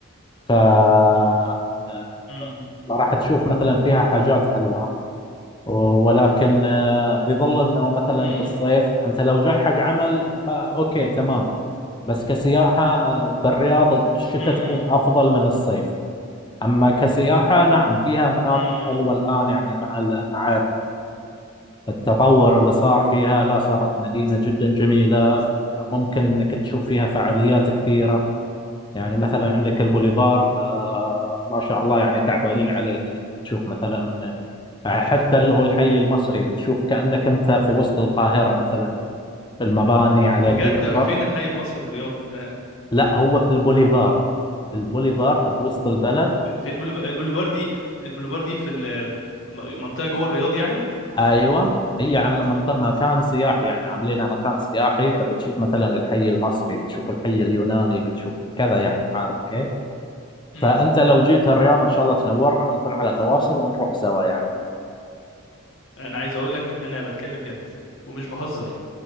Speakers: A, on the left; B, on the left.
A: ف آه، آه،
B: امم
A: راح تشوف مثلا فيها حاجات حلوه ولكن آه، يظل انه مثلا
B: امم
A: بالصيف انت لو جاي حق عمل فاوكي تمام بس كسياحه آه، بالرياض الشتاء
B: امم
A: تكون افضل من الصيف اما كسياحه نعم فيها مناطق
B: امم
A: حلوه الان يعني مع مع التطور اللي صار فيها لا صارت مدينة جدا جميلة يعني ممكن انك تشوف فيها فعاليات كثيرة يعني مثلا عندك البوليفارد آه، ما شاء الله يعني تعبانين عليه بتشوف مثلا آه، حتى اللي هو الحي المصري بتشوف كأنك انت في وسط القاهرة مثلا المباني على
B: بجد
A: الديكورة
B: فين الحي المصري في الرياض ده
A: لا هو في البوليفارد البوليفارد بوسط البلد
B: ب- في البوليف- البوليفار دي البوليفار دي في ال- المنطقه جوه الرياض يعني
A: ايوه هي عم منطقة مكان سياحي يعني عاملينها مكان سياحي فبتشوف مثلا الحي المصري بتشوف الحي اليوناني بتشوف كذا يعني عارف كيف
B: امم
A: فانت لو جيت الرياض ان شاء الله تنورنا ونكون على تواصل ونروح سوا يعني
B: انا عايز اقول لك انا بتكلم جد ومش بهزر